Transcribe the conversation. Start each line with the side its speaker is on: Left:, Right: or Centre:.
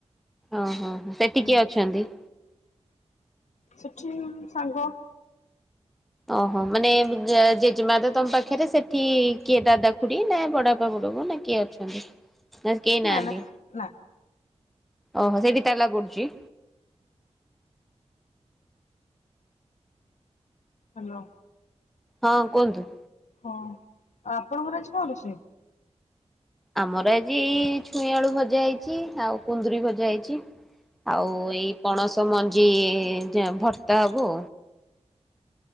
Centre: ଓହୋ ସେଠି
Left: ହୁଁ
Centre: କିଏ ଅଛନ୍ତି?
Left: ସେଠି ସାଙ୍ଗ।
Centre: ଓହୋ ମାନେ ଜେଜେମା ତ ତମ ପାଖରେ ସେଠି କିଏ ଦାଦା ଖୁଡି ନା ବଡାପା ବଡବୋଉ ନା କିଏ ଅଛନ୍ତି? କିଏ
Left: ନା
Centre: ନାହାନ୍ତି,
Left: ନା ନା
Centre: ଓହୋ ସେଇଠି ତାଲା ପଡୁଛି।
Left: ହ୍ୟାଲୋ
Centre: ହଁ କୁହନ୍ତୁ।
Left: ହଁ ଆପଣଙ୍କର ଆଜି କଣ ରୋଷେଇ?
Centre: ଆମର ଆଜି ଛୁଇଁ ଆଳୁ ଭଜା ହେଇଛି ଆଉ କୁନ୍ଦୁରି ଭଜା ହେଇଛି। ଆଉ ଏଇ ପଣସ ମଞ୍ଜି ଭର୍ତ୍ତା ହବ।